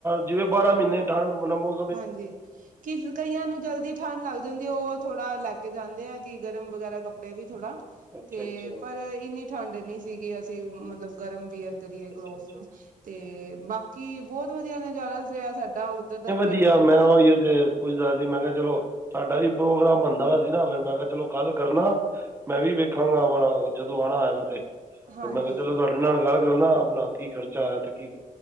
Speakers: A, on the right; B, on the right.
A: ਜਿਵੇਂ ਬਾਰਾਂ ਮਹੀਨੇ ਠੰਡ ਮਤਲਬ ਮੋ
B: ਹਾਂਜੀ, ਕਿਸ ਕਈਆਂ ਨੂੰ ਜਲਦੀ ਠੰਢ ਲੱਗ ਜਾਂਦੀ ਓ ਥੋੜਾ ਲੈ ਕੇ ਜਾਂਦੇ ਆ ਕਿ ਗਰਮ ਵਗੈਰਾ ਕੱਪੜੇ ਵੀ ਥੋੜਾ।
A: ਅੱਛਾ
B: ਤੇ
A: ਅੱਛਾ
B: ਪਰ ਇੰਨੀ ਠੰਡ ਨੀ ਸੀਗੀ ਅਸੀਂ ਮਤ ਮਤਲਬ ਗਰਮ ਵੀਅਰ ਕਰੀਏ
A: ਅੱਛਾ
B: ਕਲੋਥਸ
A: ਅੱਛਾ
B: ਨੂੰ ਤੇ ਬਾਕੀ ਬਹੁਤ ਵਧੀਆ ਨਜ਼ਾਰਾ ਰਿਹਾ ਸਾਡੇ ਓਦਰ ਤੱਕ
A: <unintelligible> ਮੈਂ ਓਇਓ ਤੇ ਪੁੱਛਦਾ ਸੀ, ਮੈਂ ਕਿਹਾ ਚਲੋ ਸਾਡਾ ਵੀ ਪ੍ਰੋਗਰਾਮ ਬਨਦਾ ਪਆ ਸੀ ਨਾਂ ਫਿਰ ਮੈਂ ਕਿਹਾ ਚਲੋ ਗੱਲ ਕਰਨਾ ਮੈਂ ਵੀ ਵੇਖਾਂਗਾ ਜਦੋਂ ਆਣਾ ਹੋਏਗਾ ਤੇ। ਤੇ
B: ਹਾਂਜੀ
A: ਮੈਂ ਕਿਹਾ ਚਲੋ ਤੁਹਾਡੇ ਨਾਲ ਗੱਲ ਕਰਨਾ, ਅਪਨਾ ਕੀ ਖਰਚਾ ਆਇਆ ਤੇ ਕੀ